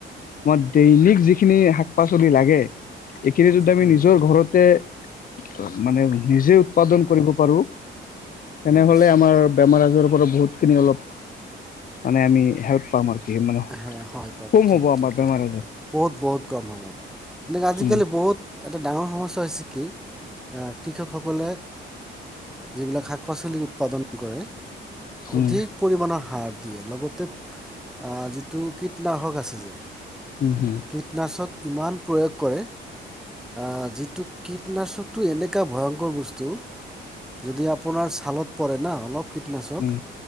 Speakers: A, on the left (about 45°); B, in the centre.
A: আমাৰ দৈনিক যিখিনি শাক পাচলি লাগে, কিন্তু যদি আমি
B: হুম
A: নিজৰ ঘৰতে, অ'। মানে নিজে উৎপাদন কৰিব পাৰো, তেনেহলে
B: ইয়েছ
A: আমাৰ বেমাৰ আজাৰৰ পৰা বহুত, খিনি অলপ, মানে আমি হেল্প পাম আৰু। কি মানে
B: হ হয় পাম <unintelligible>
A: কম
B: ঠিক,
A: হ'ব আমাৰ
B: ঠিক কথা
A: বেমাৰ আজাৰ
B: বহুত, বহুত কম হ'ব। এনেকে আজিকালি
A: উম
B: বহুত এটা ডাঙৰ সমস্যা হৈছে কি? আহ কৃষকসকলে যিবিলাক শাক পাচলি উৎপাদন কৰে।
A: উম
B: অধিক পৰিমণৰ সাৰ দিয়ে লগতে আহ যিটো কীটনাশক আছে যে
A: উম উম হম
B: কীটনাশক ইমান প্ৰয়োগ কৰে আহ যিটো কীট কীটনাশকতটো এনেকা ভয়ংকৰ বস্তু যদি আপোনাৰ চালত পৰে না অলপ কীটনাশক
A: উম